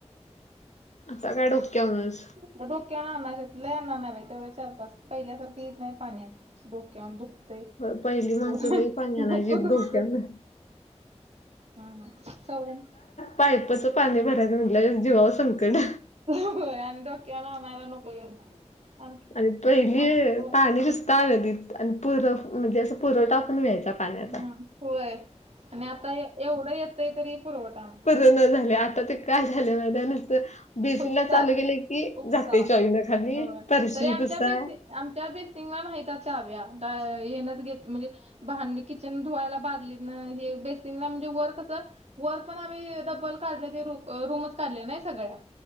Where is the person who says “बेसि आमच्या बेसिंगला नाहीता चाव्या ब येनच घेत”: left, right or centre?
Right